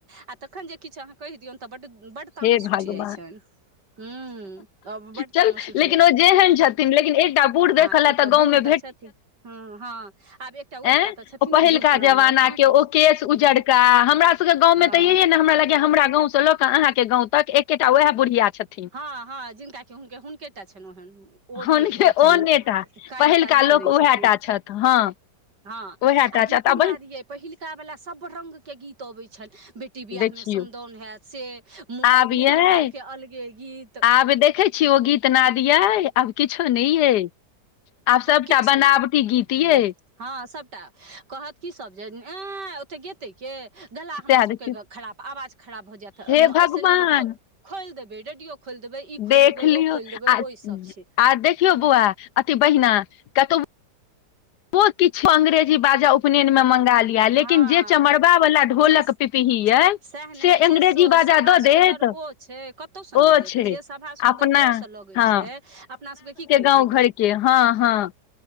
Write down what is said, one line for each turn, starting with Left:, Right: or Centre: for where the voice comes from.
Right: आ तखन जे किछु अहाँ कहि दियौन तऽ बड्ड बड्ड तामस
Left: हे भगवान
Right: उठि जाइत छनि हू आब बड्ड
Left: चल
Right: तामस उठि
Left: लेकिन
Right: जाइ
Left: ओ
Right: छनि
Left: जेहन छथिन लेकिन एकटा बूढ़
Right: हँ
Left: देखऽ लए
Right: एकटा
Left: गाँवमे
Right: बूढ़ तऽ छथिन हू हँ आब एकटा उएहटा
Left: ऐं
Right: तऽ छथिन
Left: ओ पहिलका
Right: ने बूढ़ पुरान
Left: जमाना
Right: मे आओर कहाँ
Left: के
Right: कोइ छै
Left: ओ केश उजरका हमरा सबके गाँवमे
Right: हँ
Left: तऽ एहेन हमरा लागैया हमरा गाँव से ल क अहां के गाँव तक एकेटा वएह बुढ़िया छथिन
Right: हँ हँ जिनका कि हुन हुनकेटा छनि ओहेन ओ नहि
Left: हुनके
Right: अथी
Left: ओहने टा
Right: कारी
Left: पहिलका
Right: तारी
Left: लोक
Right: करै
Left: उएह
Right: छथिन
Left: टा छथि हँ
Right: हँ
Left: उएह टा
Right: आ
Left: छथि
Right: गीतो
Left: बहिन
Right: नादि यै पहिलका बला सब रंगके गीत अबै छनि बेटी बियाहमे
Left: देखियौ
Right: समदाउन हैयत से मु
Left: आब
Right: अ
Left: यै
Right: मूड़न काल के अलगे गीत
Left: आब देखै छियै ओ गीत नादि यै आब किछो नहि यै आब सबटा
Right: किछु
Left: बनावटी
Right: नहि
Left: गीत
Right: ह
Left: यै
Right: हँ सभटा कहत की सब जे ऐ ओते गे तै केँ गला हमर
Left: सएह
Right: सबके
Left: देखियौ
Right: खराब आवाज खराब भऽ जायत
Left: हे भगवान
Right: ऐसे नीक खो खोलि देबै रेडियो खोलि देबै ई खोलि
Left: देख
Right: देबै
Left: लियौ
Right: ओ खोलि देबै
Left: आ आ
Right: ओहिसभ छै
Left: देखियौ बौआ अथि बहिना कतौ केतबो किछु अंग्रेजी बाजा उपनयन मे मंगा लिया लेकिन
Right: हँ
Left: जे चमरबा वाला ढोलक
Right: जे सएह
Left: पिपही यै
Right: ने
Left: से
Right: जे
Left: अंग्रेजी
Right: सो
Left: बाजा
Right: सभा
Left: दऽ
Right: सुन्दर
Left: देत
Right: ओ छै कतहुसँ
Left: ओ
Right: नहि देत
Left: छै
Right: जे सभा सुंदर
Left: अपना
Right: ओ सँ लगै
Left: हँ
Right: छै अपना सबके की कहै छै
Left: गाँव घर के हँ हँ